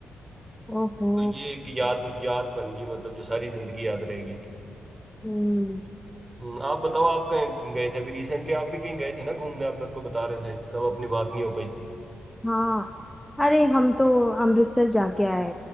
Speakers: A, in the centre; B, on the right.
A: ओहो
B: तो ये एक याद याद बन गई मतलब जो सारी जिंदगी याद रहेगी
A: हम्म
B: हम्म, आप बताओ आप कहीं गए थे अभी रिसेंटली आप भी कहीं गए थे ना घूमने आप मेरे को बता रहे थे तब अपनी बात नहीं हो पाई
A: हाँ अरे हम तो अमृतसर जाके आए